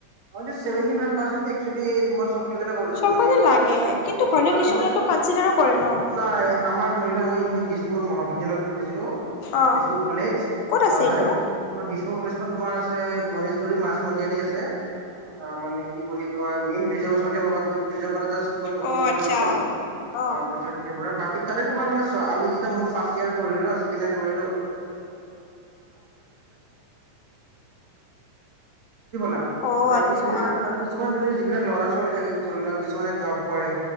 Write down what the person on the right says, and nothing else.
হয় দিয়া চেভেন্তি ফাইভ পাৰচেন্টটো একচুৱেলী তোমাৰ সব কলেজতে কৰিছি
মানে
তোমাৰা
মানে
ছাৰ
মানে
চাই আমাৰ ধৰি লও মই যিখন দিছপুৰ মহাবিদ্যালয়ত পঢ়িছিলো,
দিছপুৰ কলেজ
আহ
তাৰে অ দিছপুৰ কলেজখন তোমাৰ আছে গণেশগুৰি মাাজমজিয়াতে আছে। অ মানে কি বুলি কয় মেইন ব্ৰিজৰ ওচৰতে পাবা তুি ব্ৰিজৰ পৰা জাষ্ট, দুশ
মিটাৰ
মান হ'ব অ
ব্ৰিজত। সেই বাকী তাতে তোমাৰ মান আমি যেতিয়া মোৰ ফাৰ্ট ইয়াৰ কৰিলো ন ছেকেণ্ড ইয়াৰ কৰিলো। <unintelligible>
আৰু
কিছুমান আৰু কিছুমান যদি যিবিলাক ল'ৰা ছোৱালী থাকে ধৰি লওক কিছুমানে জব কৰে।